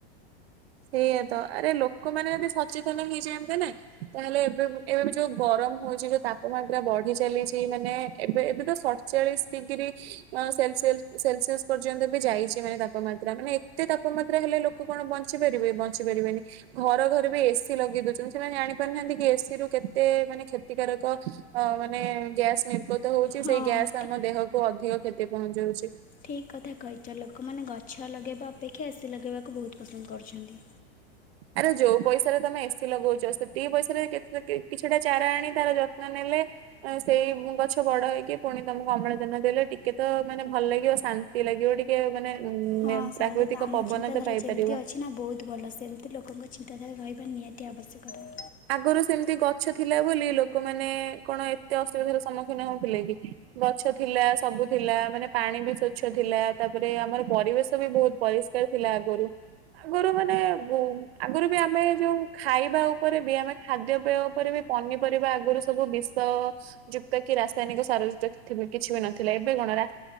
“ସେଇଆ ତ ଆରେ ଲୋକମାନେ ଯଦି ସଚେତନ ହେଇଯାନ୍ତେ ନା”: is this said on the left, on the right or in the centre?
Right